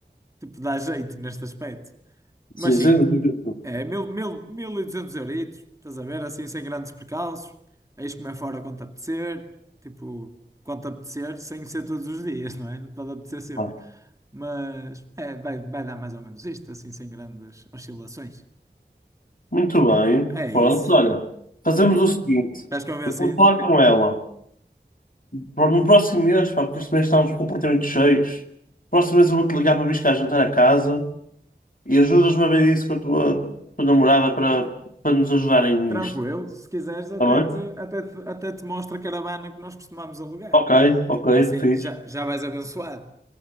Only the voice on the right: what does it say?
Tipo, dá jeito neste aspecto. Mas
sim,
é mil, mil, mil e duzentos euritos, estás a ver? Assim, sem grandes percalços. Eis comer fora quando te apetecer, tipo, quando te apetecer, sem ser todos os dias, não é? Não pode apetecer sempre.
Mas é, vai, vai dar mais ou menos isto, assim, sem grandes oscilações.
É
isso.
Estás convencido?
Tranquilo, se quiseres, até
te,
até te, até te mostro a caravana que nós costumamos alugar.
Que assim
já, já vais abençoado.